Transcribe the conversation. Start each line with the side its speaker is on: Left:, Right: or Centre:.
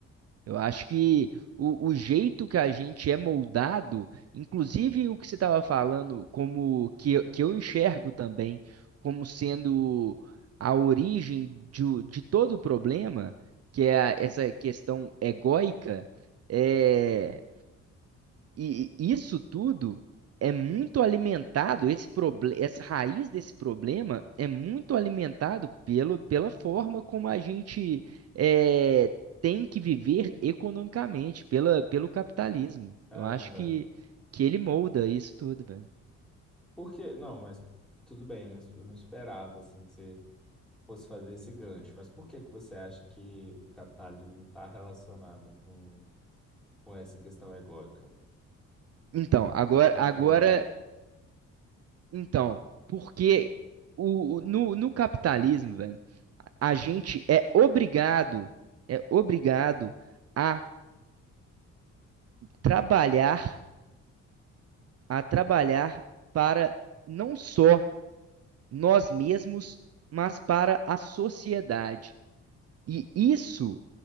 Right: Eu acho que o, o jeito que a gente é moldado, inclusive o que você estava falando, como que, eu- que eu enxergo também como sendo a origem de, o- de todo o problema, que é a- essa questão egóica, é. E isso tudo é muito alimentado, esse proble- essa raiz desse problema é muito alimentado pelo, pela forma como a gente é, tem que viver economicamente, pela, pelo capitalismo.
Centre: Caramba.
Right: Eu acho que, que ele molda isso tudo, velho.
Centre: Por quê? Não, mas tudo bem, eu não, es- eu não esperava assim que você fosse fazer esse gancho. Mas por que que você acha que o capitalismo está relacionado com, com essa questão egóica
Right: Então, agora,
Centre: de controle?
Right: agora, então, porque o, o- no, no capitalismo, velho, a gente é obrigado, é obrigado a trabalhar a trabalhar para não só nós mesmos, mas para a sociedade. E isso,